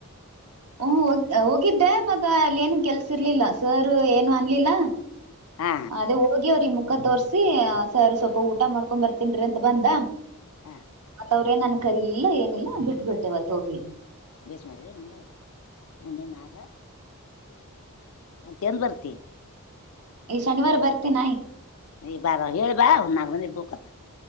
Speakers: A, on the right (about 80°); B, on the left (about 65°).
A: ಹೋಗ ಹೋಗಿದ್ದೆ ಮತ್ತ ಅಲ್ಲಿ ಏನು ಕೆಲ್ಸ ಇರ್ಲಿಲ್ಲ ಸರ್ ಏನು ಅನ್ಲಿಲ್ಲ
B: ಹಾ
A: ಅದೇ ಹೋಗಿ ಅವ್ರ ಈ ಮುಖ ತೋರ್ಸಿ ಸರ್ ಸ್ವಲ್ಪ ಊಟ ಮಾಡ್ಕೊಂಡ್ ಬರ್ತನ್್ರಿ ಅಂತ ಬಂದ
B: ಹ
A: ಮತ್ ಅವ್ರೇನ್ ನನ್ ಕರಿಲಿಲ್ಲ ಏನಿಲ್ಲ ಬಿಟ್ಬಿಟ್ಟೆವತ್ ಹೋಗಿಿಲ್ಲ
B: ಬೇಷ್ ಮಾಡದು ನವು ಹೆ ನದ ಮತ್ತೇನ್ ಬರ್ತಿ
A: ಏ ಶನಿವಾರ ಬರ್ತ ನಾಯ್
B: ಯ್ ಬಾರ ಹೇಳೇಳ್ಬಾ ಹನ್ಾಗನ ದೂಖತ್ತ